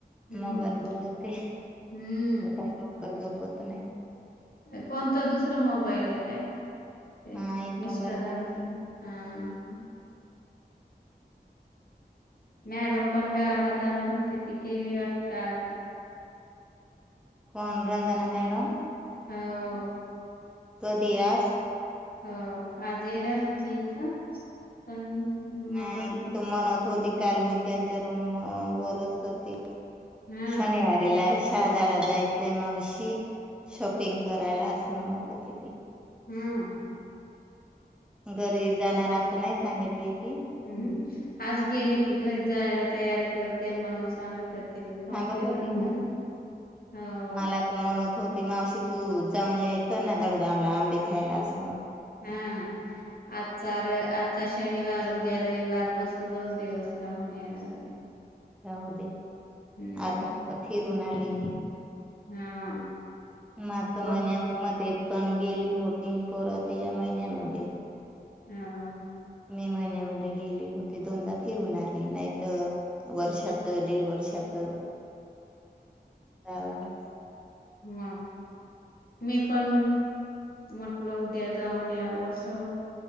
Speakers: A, on the left; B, in the centre.
A: हम्म
B: मोबाईल बघतेय
A: हम्म
B: सकाळी लवकर झोप होत नाही
A: कोणता दुसरा मोबाईल आहे काय ते
B: हा एक
A: मिस्टरांचा
B: मोबाईल आहे
A: घेऊन. हा मॅडम पण गावाला जाणार होती, ती गेली वाटतं आज.
B: कोण रंजना मॅडम.
A: ह
B: कधी आज.
A: हा. आज येणार होती इथं. पण
B: नाही
A: मटर
B: तिथ म्हणत होती, काल मी त्यांच्या रूम वरच होती.
A: हा
B: शनिवारीला शाळेत. मला जायचय मावशी शॉपिंग करायला असं म्हणत होती ती.
A: हम
B: घरी जाणार असं नाही सांगितली. ती
A: हम आज गेली की घरी जायला तयारी कर. ते म्हणून सांगत होती. मी फोन
B: सांगत
A: केला
B: होती
A: होता
B: का
A: ना हो
B: मला तर म्हणवत होती मावशी तू जाऊन याय. चल नादेडगाव ला आंबे खायला असं म्हणत.
A: हा आजचार आचा शनिवार. उद्या रविवार मस्त दोन दिवस राहून येणार ते.
B: जाऊ दे
A: हम्म
B: आता तर फिरून आली मी.
A: हा.
B: मार्च
A: पण
B: महिन्या मध्ये पण गेली होती. परत या महिन्यामध्ये.
A: हम्म.
B: मे महिन्यामध्ये गेली होती दोनदा फिरून आली नाहीत वर्षाच दीड वर्षाच. त्याला. <inaudible>
A: म मी पण म्हटलं उद्या जाऊन याव असं.